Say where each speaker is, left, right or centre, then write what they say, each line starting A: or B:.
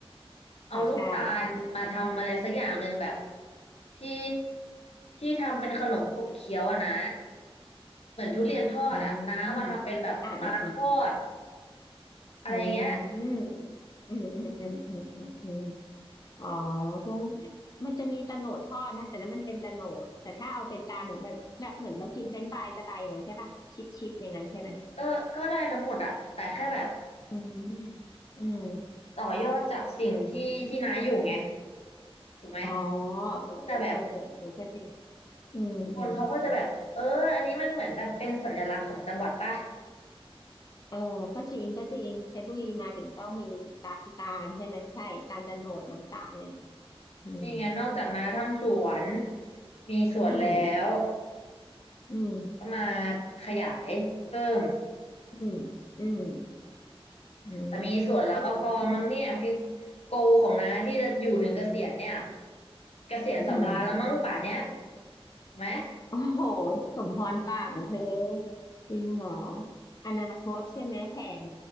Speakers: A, on the left; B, on the left.
A: เอาลูกตาลมาทำอะไรสักอย่างหนึ่งแบบ
B: ค่ะใช่
A: ที่ที่ทำเป็นขนมขบเคี้ยวอะนะเหมือนทุเรียนทอดอะนะเอามาทำเป็นแบบตาลทอด
B: อืมอ่าอ่าอ่า
A: อะไรเงี้ย
B: อืมอืมอืมอืมอืมอืมอืม อ๋อคกมันจะมีโะโหนดทอดนะแต่นั้นมันเป็นตะโหนดแต่ถ้าเอาเป็นจานเหมือนแบบแบบเหมือนเรากินเป็นช์ฟรายสไตล์อย่างนั้นใช่ปะชิปชิปอย่างนั้นใช่ไหม
A: ก็ก็ได้ทั้งหมดอะแต่แค่แบบ
B: อืมอืม
A: ต่อยอดจากสิ่งที่ที่น้าอยู่ไงถูกไหม
B: อ๋อ
A: แต่แบบ
B: เออเออเออเออเออก็จริงอืมอืม
A: คนเขาก็จะแบบเอออันนี้มันเหมือนแบบเป็นสัญลักษณ์ของจังหวัดป่ะ
B: เออก็จริงก็จริงเพชรบุรีมาถึงต้องมีตาตาลใช่ไหมใช่ตาลโตะโหนดน้ำตาลอะไรอย่างเงี้ยอืม
A: นี่ไงนอกจากน้าทำสวนมีสวนแล้ว
B: อืมอืม
A: ก็มาขยายเพิ่ม
B: อืมอืมอื
A: แต่มีสวนแล้วก็พอมั้งเนี่ยฟิว
B: มอืม
A: โกของน้าที่จะอยู่ถึงเกษียณเนี่ยเกษียณสำราญแล้วมั้งป่านเนี้ย
B: อืม
A: ถูกไหม
B: โอ้โหสมพรปากนะเธอจริงเหรออนาคตใช่ไหมแผน